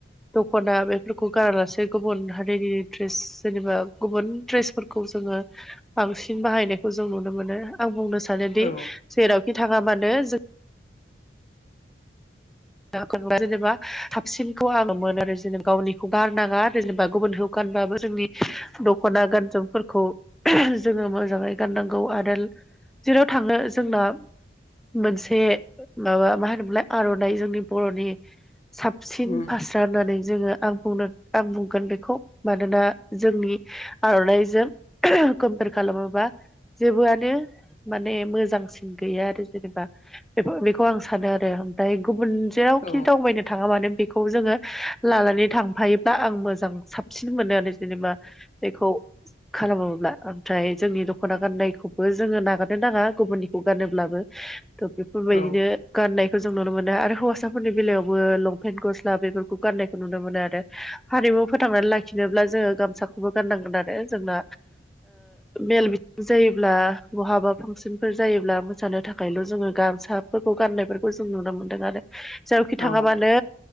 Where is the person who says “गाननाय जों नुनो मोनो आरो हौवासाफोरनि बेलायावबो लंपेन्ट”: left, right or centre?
Centre